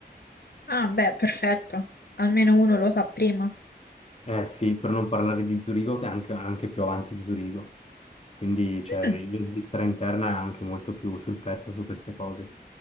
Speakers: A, on the left; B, on the left.
A: Ah, beh, perfetto. Almeno uno lo sa prima.
B: Eh sì, per non parlare di Zurigo che è anche, anche più avanti di Zurigo. Quindi cioè,
A: Mm,
B: la Svizzera interna è anche molto più sul pezzo su queste cose.